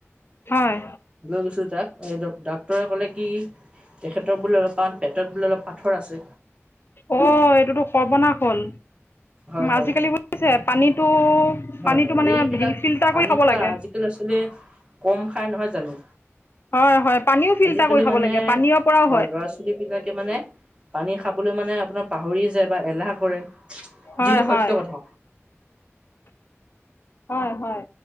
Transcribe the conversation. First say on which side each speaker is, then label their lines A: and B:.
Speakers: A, on the left; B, on the right.
A: হয়
B: লৈ গৈছো তাক, এই ডাক্তৰে ক'লে কি তেখেতৰ বোলে অলপমান পেটত বোলে অলপ পাথৰ আছে।
A: অ এইটোতো সৰ্বনাশ হ'ল।
B: হয়
A: উম,
B: হয়,
A: আজিকালি বুজিছে পানীটো
B: হয়
A: পানীটো
B: হয়
A: মানে
B: এইবিলাক
A: হেৰি ফিল্টাৰ
B: পানীতো
A: কৰি খাব লাগে
B: আজিকালি আচলতে কম খাই নহয় জানো।
A: হয় হয় পানীও ফিল্টাৰ
B: আজিকালি
A: কৰি খাব
B: মানে
A: লাগে পানীৰ পৰাও
B: হয় ল'ৰা-ছোৱালীক বিলাকে মানে পানী খাবলৈ মানে আপোনাৰ পাহৰিয়ে যায় বা এলাহ কৰে।
A: হয়
B: যিটো
A: হয়
B: সত্য কথা
A: হয় হয়